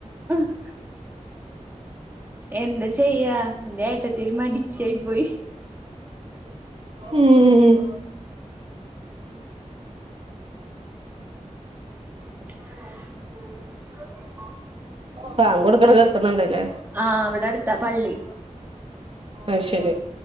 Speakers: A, on the right (about 15°); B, on the right (about 45°).
A: ഉം എന്ത ചെയ്യ എന്റെ ഏട്ടത്തി ഒരു മടിച്ചി ആയി പോയി
B: ഉം ഉം
A: <unintelligible>
B: ബാങ്ക് കൊടുക്ക്ണ കേക്ക്ന്ന്ണ്ട്ല്ലേ
A: ആഹ് ഇവടെ അട്ത്താ പള്ളി
B: അഹ്ശരി